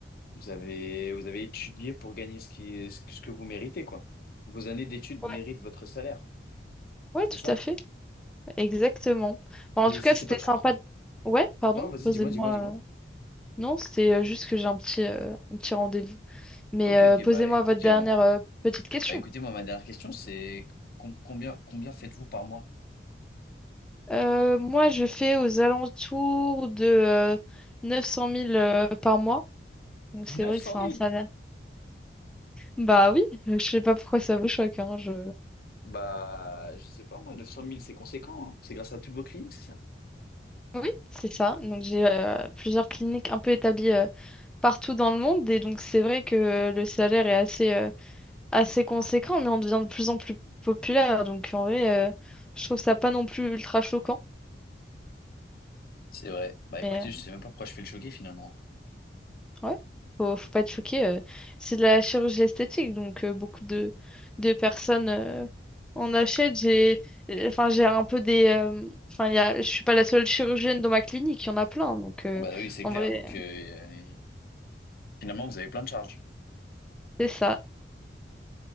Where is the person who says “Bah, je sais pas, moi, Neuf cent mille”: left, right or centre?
Left